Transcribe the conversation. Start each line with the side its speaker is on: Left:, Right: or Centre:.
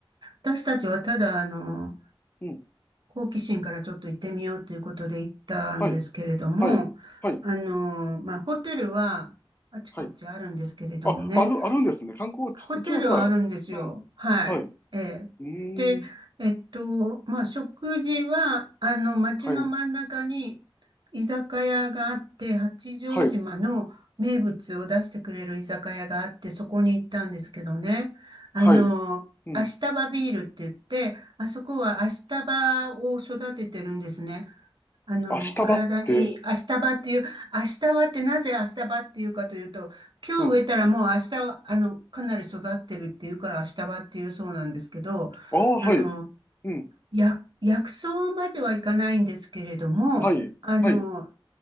Right: 私たちはただ、あの、
Left: うん。
Right: 好奇心からちょっと行ってみようということで行ったんですけれども、
Left: はい。はい。はい。
Right: あの、まあ、ホテルはあちこちあるんですけれどもね、
Left: はい。あ、ある、あるんですね。観光地、
Right: ホテルはあるんですよ。
Left: 一応じゃあ、うん。
Right: はい。
Left: はい。う
Right: ええ。
Left: ー
Right: で、
Left: ん。
Right: えっと、まあ、食事は、あの、街の真ん中に居酒屋があって、
Left: はい。
Right: 八丈島の名物を出してくれる居酒屋があって、
Left: はい。
Right: そこに行ったんですけどね。
Left: はい。
Right: あの、
Left: うん。
Right: アシタバビールって言って、あそこはアシタバを育ててるんですね。あの、
Left: 足日ばって、
Right: 体に明日葉っていう、明日葉ってなぜ明日葉っていうかというと、今日植えたらもう明日は、
Left: うん。
Right: あの、かなり育ってるっていうから明日葉っていうそうなんですけど、
Left: ああ、
Right: あの、
Left: はい。うん。
Right: や、薬草まではいかないんですけれども、
Left: はい。
Right: あの、
Left: はい。